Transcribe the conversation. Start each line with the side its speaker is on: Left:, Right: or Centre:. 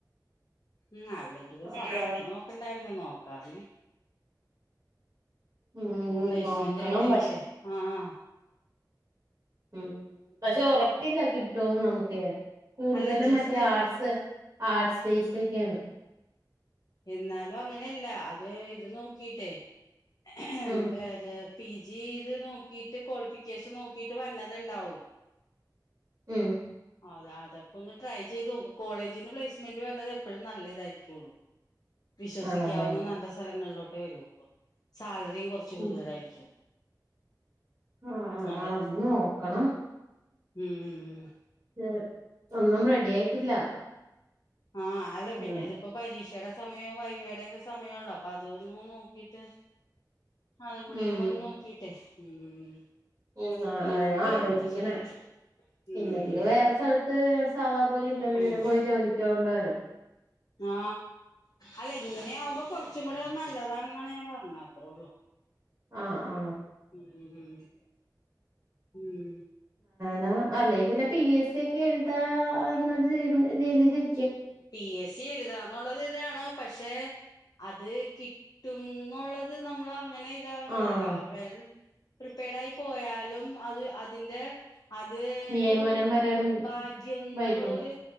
Left: ഉം അല്ലെങ്കിലും
Right: അപ്പൊ
Left: സബ്ജെക്ട് നോക്കേണ്ടാരുന്നേ നോക്കാറീ
Right: ഉം
Left: പ്ലേസ്മെന്റ്
Right: നോക്കണം
Left: ഇണ്ടെങ്കിലേ
Right: പക്ഷെ
Left: ആഹ് ആ
Right: ഉം പക്ഷെ ഒറപ്പില്ല കിട്ടുവോന്ന് നമു കെയാൻ കൂടുതലും
Left: അല്ല ജസ്റ്റ്
Right: മറ്റേ
Left: അത്
Right: ആർട്സ് ആർട്സ് <unintelligible>
Left: എന്നാലും അങ്ങനെ അല്ല അത് ഇത് നോക്കിയിട്ടേ <unintelligible>
Right: ഉം
Left: പി ജി ഇത് നോക്കിയിട്ട് ക്വാളിഫി ഫിക്കേഷൻ നോക്കിയിട്ട് വരുന്നത് ഉണ്ടാവും
Right: ഉം
Left: അത് അതപ്പം ട്രൈ ചെയ്ത് നോക്ക് കോളേജീന്ന് പ്ലേസ്മെന്റ് വരുന്നത് എപ്പഴും നല്ലത് ആയിരിക്കുവേ ഒള്ളു വിശ്വസിക്കാവുന്ന
Right: ആണല്ലേ
Left: നല്ല സ്ഥലങ്ങളിലോ ണ്ടിവരുവോ അപ്പം സാലറിയും കുറച്ച് കൂടുതലായിരിക്കും
Right: ഉം ആഹ്
Left: അതെ
Right: ആ അത് നോക്കണം
Left: ഉം ഉം ഉം
Right: ഉം ഒന്നും റെഡി ആയിട്ടില്ല
Left: ആ അല്ല
Right: ഉം
Left: പിന്നെ ഇതിപ്പോ പരീക്ഷയുടെ സമയം വൈവേടയൊക്കെ സമയമള്ളോ അപ്പൊ അതൊന്നന്ന് നോക്കിട്ട് അതും കൂടെ
Right: ഉം
Left: ഇവിടെ ഒന്ന് നോക്കിട്ടെ ഉം
Right: ഉം ആ
Left: നോക്ക്
Right: അങ്ങനെ ആലോചിക്കണേ
Left: എല്ലാം ശരിയാ ഉം
Right: ഇല്ലെങ്കില് വേറെ സ്ഥലത്ത് സാദാ പോലെ ഇന്റർവ്യൂവിന്
Left: ഉം
Right: പോയി ജോലിക്ക കൊണ്ട വരും
Left: ആ അല്ല ഇങ്ങനെ ആകുമ്പോ കുറച്ചും കൂടെത് നല്ലതാണെന്നാണ് ഞാൻ പറഞ്ഞത്ത്രേ ഉള്ളു
Right: ആ ആ
Left: ഉം ഉം
Right: ന അല്ലെ പിന്നെ പി എസ് സി ഒക്കെ എഴുതാ എന്ന രീതിൽ
Left: പി എസ് സി എഴുതാന്നുള്ളത് ഇതാണ് പക്ഷെ അത് കിട്ടുംന്നുള്ളത് നമ്മളെ അങ്ങനെ ഇതാകണല്ലോ
Right: ആഹ്
Left: അത് വ പ്രിപേടായി പോയാലും അത് അത് അതിന്റെ അത്
Right: നിയമനം
Left: നൊരു
Right: വരാൻ
Left: ഭാഗ്യം
Right: വൈകും
Left: ന്നുള്ളൊരു